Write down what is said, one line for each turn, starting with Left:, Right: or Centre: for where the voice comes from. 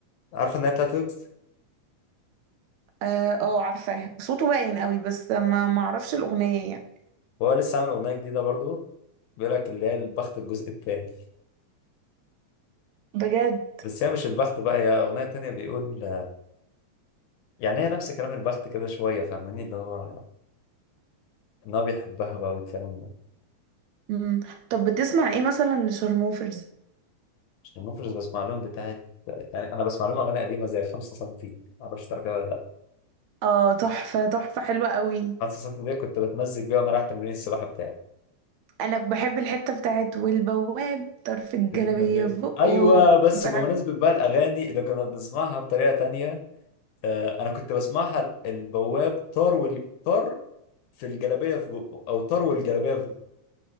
Left: عارفة إن هي بتاعت ويجز
Right: اه آه، عارفاها صوته باين قوي بس ما ما اعرفش الاغنيه يعني
Left: وهو لسه عامل أغنية جديدة برضه بيقول لك اللي هي البخت الجزء التاني
Right: بجد
Left: بس هي مش البخت بقى هي أغنية تانية بيقول يعني هي نفس كلام البخت كده شوية فاهماني اللي هو إن هو بيحبها بقى والكلام ده
Right: مم. طب بتسمع ايه مثلا لشارموفرز
Left: عشان المفرز بسمع لهم بتاعت يعني أنا بسمع لهم أغاني قديمة زي 5 سنتي معرفش تعرفيها ولا لأ
Right: اه تحفة تحفة حلوة قوي
Left: 5 سنتي دي كنت بتمزج بيها وأنا رايح تمرين السباحة بتاعي
Right: انا بحب الحتة بتاعت والبواب طرف الجلابية
Left: بالجابات.
Right: في بقه
Left: ايوه بس
Right: بحب
Left: بمناسبه بقى الاغاني اللي كنا بنسمعها بطريقه تانية آه انا كنت بسمعها البواب طار والطار في الجلابيه في بقه او طار والجلابيه في بقه